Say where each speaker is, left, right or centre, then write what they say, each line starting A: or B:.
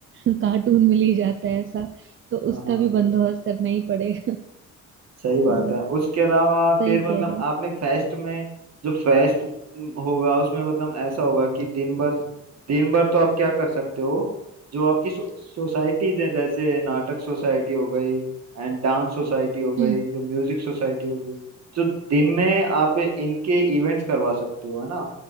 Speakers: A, on the right; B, on the right.
A: <laughs> कार्टून मिल ही जाता है ऐसा तो उसका
B: हाँ
A: भी बंदोबस्त करना ही पड़ेगा
B: सही बात
A: हम्म
B: है उसके अलावा
A: सही
B: फिर मतलब
A: कह रहे हो
B: आपने फेस्ट में जो फेस्ट होगा उसमें मतलब ऐसा होगा कि दिन भर दिन भर तो आप क्या कर सकते हो जो आपकी सो, सोसाइटीज है जैसे नाटक सोसाइटी हो गई एंड डांस सोसाइटी हो गई
A: हम्म
B: जो म्यूजिक सोसाइटी हो गई तो दिन में आप इनके इवेंट्स करवा सकते हो है ना